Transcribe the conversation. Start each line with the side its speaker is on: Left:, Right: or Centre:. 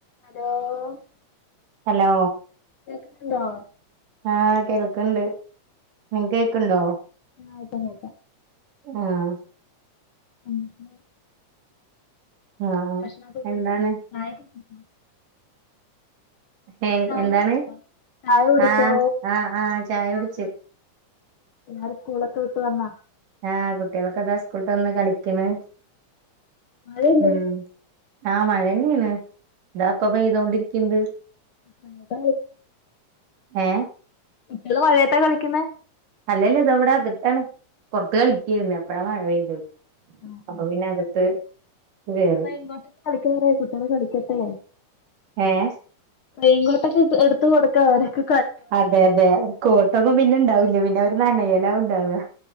Left: Hello <unintelligible>
Right: hello
Left: കേക്ക്ന്ന്ണ്ടോ?
Right: ആഹ് കേൾക്കണ്ട് നിങ്ങക്ക് കേക്ക്ണ്ടോ
Left: ആഹ് ഇപ്പം കേക്കാ
Right: ആഹ്
Left: <unintelligible>
Right: ആഹ് ആഹ്
Left: ഭക്ഷണൊക്കെ കഴിച്ചോ
Right: എന്താണ്
Left: ചായക്കെ കുടിച്ചോ?
Right: ഏഹ്
Left: ചായ
Right: എന്താണ്
Left: കുടിച്ചോ ചായ കുടിച്ചോ
Right: ആഹ് ആഹ് ആഹ് ചായ കുടിച്ചു
Left: എല്ലാരും സ്കൂളൊക്കെ വിട്ട് വന്നാ
Right: ആഹ് കുട്ടികളക്കെ ഇതാ സ്കൂൾ വിട്ട് വന്ന് കളിക്കണ്
Left: മഴയില്ലേ
Right: ഉം ആഹ് മഴന്നെയാണ് ഇതാ ഇപ്പ പെയ്തോണ്ടിരിക്ക്ണ്ട്
Left: <unintelligible>
Right: ഏഹ്
Left: കുട്ടികള് മഴയത്താ കളിക്കുന്നേ
Right: അല്ലല്ല ഇതാ ഇവിടെ അകത്താണ് പൊറത്ത് കളിക്കായിരുന്നു അപ്പഴാ മഴ പെയ്തെ
Left: ആഹ്
Right: അപ്പ
Left: ആഹ്
Right: പിന്നെ അകത്ത് <unintelligible>
Left: <unintelligible> കുട്ടികള് കളിക്കട്ടെ
Right: ഏഹ്
Left: റെയിൻ കോട്ടൊക്കെ ഇട്ട് എടുത്ത് കൊടുക്ക് അവര്ക്ക്
Right: അതെ അതെ കോട്ടൊന്നും പിന്നെ ഇണ്ടാവില്ല പിന്നെ അവര് നനയലാ ഇണ്ടാവാ